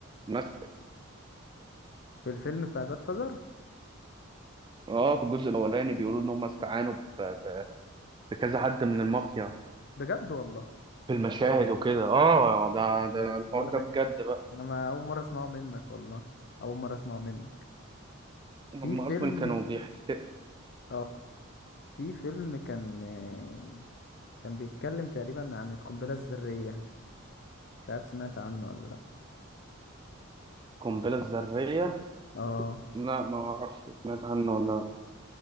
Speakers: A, on the right; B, on the left.
A: تمثل
B: في الفيلم بتاع جاد فازر
A: اه في الجزء الاولاني بيقولوا ان هم استعانوا ب- ب- بكذا حد من المافيا
B: بجد والله
A: في المشاهد وكده اه ده
B: ده
A: ده الحوار
B: الحوار
A: ده
B: ده
A: بجد
B: جامد
A: بقى
B: انا ما اول مرة اسمعه منك والله اول مرة اسمعه منك
A: هم
B: في فيلم
A: اصلا كانوا بيحتقوا
B: اه في فيلم كان آه، كان بيتكلم تقريبا عن القنبلة الذرية مش عارف سمعت عنه ولا لا
A: القنبلة الذرية
B: اه
A: لا ما اعرفش سمعت عنه ولا لأ.